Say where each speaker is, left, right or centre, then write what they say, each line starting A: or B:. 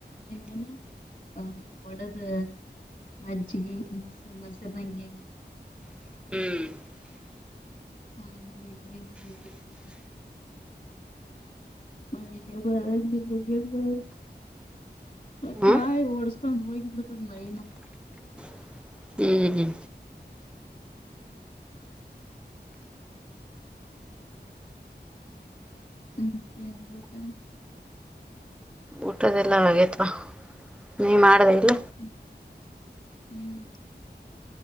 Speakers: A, on the left; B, in the centre.
A: ಹೆಂಗಂದ್ರೆ ಹ ಒಡದು ಮಜ್ಜಿಗೆ ಮಸರು ಮಸರದಂಗಗೆ
B: ಹ್ಮ್
A: ಹ್ಮ ಹ್ಮ ಹ್ಮ್ಮ <unintelligible> <unintelligible> ಮಣ <unintelligible> ಬರ <unintelligible>
B: ಹ್ಮ್
A: ಕಾಯ ಓಳತಾನ <unintelligible> ಹಯ ಬಳ ತ <unintelligible> ಮಾಡಿ ನ
B: <unintelligible> ಹ್ಮ್
A: <unintelligible>
B: ಊಟದೆಲ್ಲ ಆಗೇತ್ವಾ ನೀ ಮಾಡದ ಇಲ್ಲ
A: ಹ್ಮ್ ಹ್ಮ್